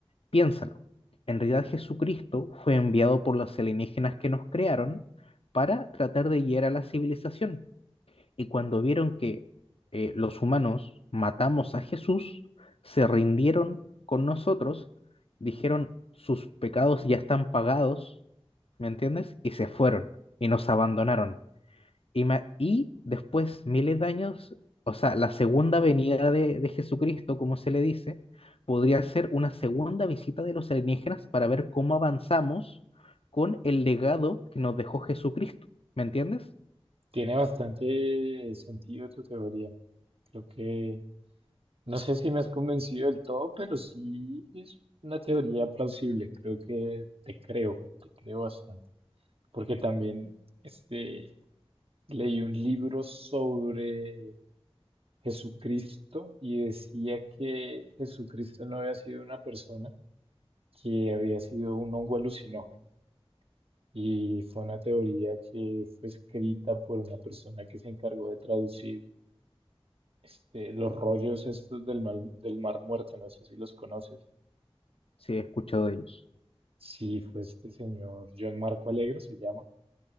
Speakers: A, on the left (about 65°); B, on the right (about 65°).
A: Piénsalo. En realidad, Jesucristo fue enviado por los alienígenas que nos crearon para tratar de guiar a la civilización Y cuando vieron que eh, los humanos matamos a Jesús, se rindieron con nosotros, dijeron sus pecados ya están pagados, ¿me entiendes? Y se fueron y nos abandonaron. Y, ma- y después, miles de años, o sea, la segunda venida de, de Jesucristo, como se le dice, podría ser una segunda visita de los alienígenas para ver cómo avanzamos con el legado que nos dejó Jesucristo, ¿me entiendes?
B: Tiene bastante sentido tu teoría. Creo que No sé si me has convencido del todo, pero sí es una teoría plausible. Creo que te creo, te creo bastante. Porque también este, leí un libro sobre Jesucristo y decía que Jesucristo no había sido una persona, que había sido un hongo alucinógeno. Y fue una teoría que fue escrita por una persona que se encargó de traducir este, los rollos estos del mar, del Mar Muerto, no sé si los conoces.
A: Sí, he escuchado de ellos.
B: Sí, fue este señor, John Marco Alegro se llama,